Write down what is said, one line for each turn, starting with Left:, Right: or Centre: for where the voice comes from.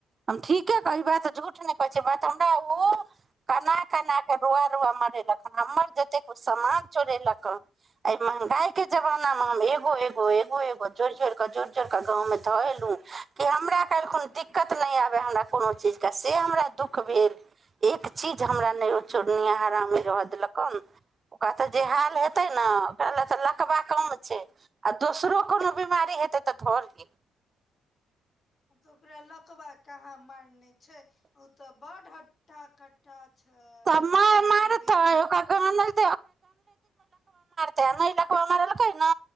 Right: हम ठीके कहबई बात झूठ नई कहै छिअई बात हमरा ओ कना कना के रोआ रोआ मरेलक ह हमर जते सामान चोरेलक हन ए महंगाई के जमाना में हम एगो एगो एगो एगो जोरि जोरि कऽ जोड़ि जोड़ि कऽ गाँवमे धऽ अयलहुँ कि हमरा कि हमरा काइलखन दिक्कत नहि आबय हमरा कोनो चीजके से हमरा दुःख भेल एक चीज हमरा नई ओ चोरनिया हारामी रहय देलक हन ओकरा तऽ जे हाल हेतै न ओकरा लए तऽ लकबा
Left: अच्छा
Right: कम छैइ आ दोसरो कोनों बीमारी हेतै तऽली
Left: तऽ ओकरा लकबा कहाँ मारने छैय ओ तऽ बड ह्ठा कट्ठा छै
Right: तऽ माई
Left: लेकिन
Right: मारतै
Left: बेट
Right: तऽ ओकरा क तऽ नहि लकवा मारलकै नै